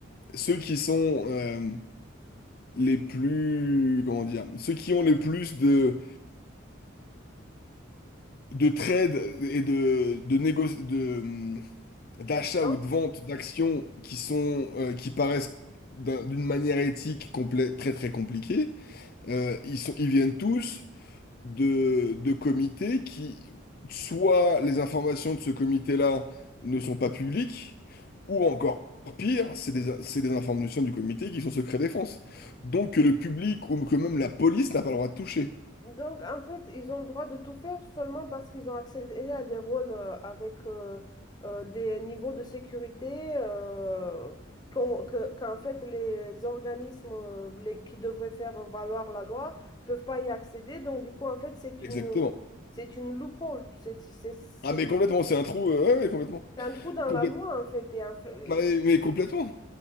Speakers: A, on the left; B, on the left.
A: ceux qui sont euh, les plus, comment dire, ceux qui ont le plus de, de trades et de, de négo- de, hum, d'achats
B: D'influence.
A: ou de vente d'actions qui sont, euh, qui paraissent d'un- d'une manière éthique complè- très très compliquée, Euh, ils sont, ils viennent tous de, de comités qui, soit les informations de ce comité-là ne sont pas publiques, ou encore pire, c'est des, c'est des informations du comité qui sont secret défense. Donc que le public ou que même la police n'a pas le droit de toucher.
B: Donc, en fait, ils ont le droit de tout faire seulement parce qu'ils ont accédé à des rôles euh, avec euh, euh, des niveaux de sécurité euh, qu'en que- qu'en fait, les organismes euh, les- qui devraient faire valoir la loi peuvent pas y accéder. Donc, du coup, en fait, c'est
A: Exactement.
B: une, c'est une loophole. C'est c'est- c'est-
A: Ah mais complètement, c'est un trou, euh, ouais, ouais, complètement.
B: c'est un trou dans
A: Complète-
B: la loi, en fait, et en fait,
A: bah, mais,
B: et
A: mais complètement.